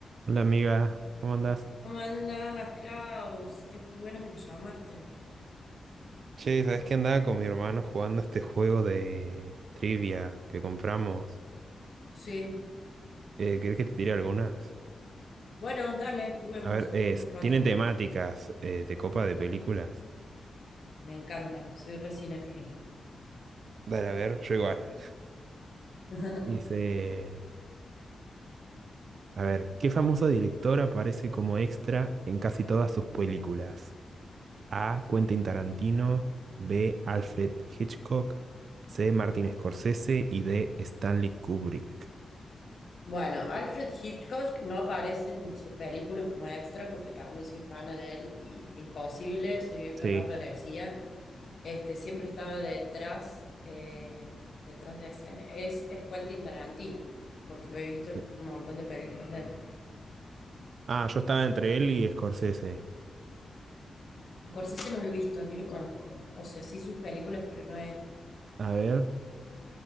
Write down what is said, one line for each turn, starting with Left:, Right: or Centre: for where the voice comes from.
Right: Hola amiga, ¿cómo andás?
Left: ¿Cómo andás, Klaus? Qué bueno que me llamaste.
Right: Che, ¿sabés que andaba con mi hermano jugando este juego de trivia que compramos?
Left: Sí.
Right: Eh, ¿querés que te tire algunas?
Left: Bueno, dale, juguemos,
Right: A ver, es,
Left: juguemos un rato.
Right: tienen temáticas eh, de copa de películas.
Left: Me encanta, soy re cinéfila.
Right: Dale, a ver, yo igual.
Left: <laughs>
Right: Dice, a ver, ¿qué famoso director aparece como extra en casi todas sus películas? A. Quentin Tarantino, B. Alfred Hitchcock, C. Martin Scorsese y D. Stanley Kubrick.
Left: Bueno, Alfred Hitchcock no aparece en sus películas como extra porque también soy fana de él y imposible, ese viejo
Right: Sí.
Left: no aparecía. Este, siempre estaba detrás, eh, detrás de escena. Es, es Quentin Tarantino, porque lo he visto en
Right: Sí.
Left: un montón de películas de él.
Right: Ah, yo estaba entre él y Scorsese.
Left: Scorsese no lo he visto, ni lo conozco. O sea, sí sus películas, pero no él.
Right: A ver.